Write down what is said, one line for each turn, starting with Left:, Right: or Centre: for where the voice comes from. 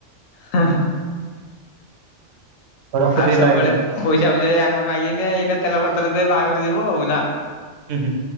Left: ହଁ ହଁ
Right: ହଉ ରଖୁଛି
Left: ଆଉ
Right: ହେଲା
Left: ସବୁବେଳେ
Right: ଆଜ୍ଞା ତାପରେ।
Left: ପଇସା ଫଇସା ଅଙ୍କଠୁଁ ମାଗିକି ନିଏ ଏଇନା ତେଲ ଖର୍ଚ ଟା ଦେବେ ବାହାଘର ଯିବ ଆଉ ନା
Right: ହୁଁ ହୁଁ।